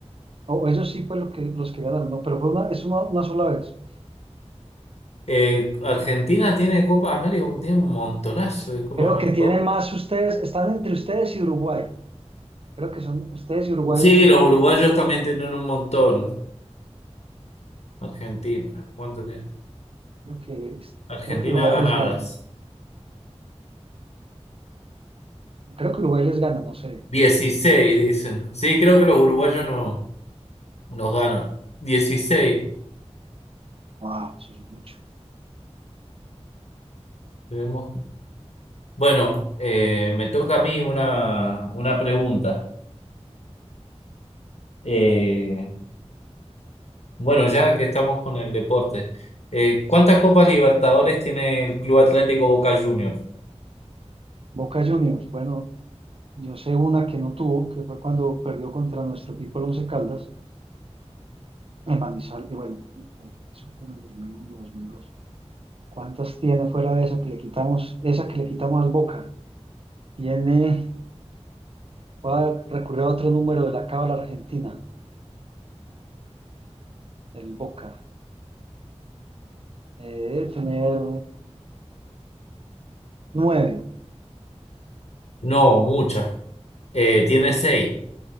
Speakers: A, on the right; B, on the left.
A: O ellos sí fue lo que, los que ganaron, no, pero fue una, es una, una sola vez.
B: eh, Argentina tiene Copa América, tiene un montonazo de Copa
A: Creo
B: América.
A: que tienen más ustedes, están entre ustedes y Uruguay. Creo que son ustedes y Uruguay
B: Sí,
A: los
B: los uruguayos también tienen un montón. Argentina, ¿cuánto tiene?
A: creo que es-
B: Argentina
A: creo que Uruguay
B: ganadas.
A: les gana. Creo que Uruguay les gana, no sé.
B: dieciséis dicen. Sí, creo que los uruguayos no nos ganan. dieciséis.
A: Wow, eso es mucho.
B: Tenemos- Bueno, eh, me toca a mí una, una pregunta. Eh, bueno, ya que estamos con el deporte, eh, ¿cuántas Copas Libertadores tiene el Club Atlético Boca Juniors?
A: Boca Juniors, bueno, yo sé una que no tuvo, que fue cuando perdió contra nuestro equipo el Once Caldas, en Manizal, y bueno, eso fue en el 2001, 2002. ¿Cuántas tiene fuera de esa que le quitamos, esa que le quitamos al Boca? Tiene, voy a recurrir a otro número de la cábala argentina, el Boca. Eh, debe tener nueve.
B: No, muchas. Eh, tiene seis.